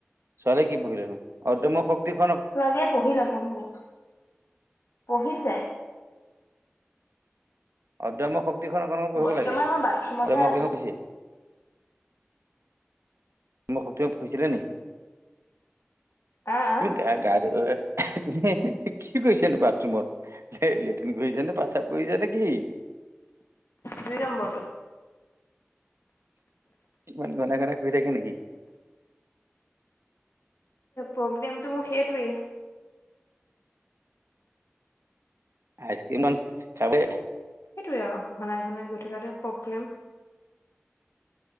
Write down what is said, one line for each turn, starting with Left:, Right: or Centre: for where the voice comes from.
Right: ছোৱালী কি পঢ়িলেনো? অদ্যম শক্তিখনক
Left: ছোৱালীয়ে পঢ়িলে পঢ়িলে, পঢ়িছে।
Right: অদ্যম্য শক্তিখন অকোক পঢ়িব
Left: বৰ্তমান
Right: লাগে,
Left: মই বাথৰুমতহে
Right: অদ্য
Left: আছো
Right: শক্তি চে ম মই সতে পিছিলে নে
Left: আ
Right: তুমি
Left: আ
Right: গা গা তুমি কি কৰিছানে বাথৰুমত, লেট্ৰিন কৰিছা নে প্ৰস্ৰাৱ কৰিছা নে কি
Left: দুই নম্বৰটো।
Right: ইমান গণে গণে কৰি থাকে নেকি?
Left: প্ৰব্লেমটো মোৰ সেইটোৱেই।
Right: আইচক্ৰীম খালে
Left: সেইটোৱে আৰু ঘনাই ঘনাই গৈ থকাতে প্ৰব্লেম।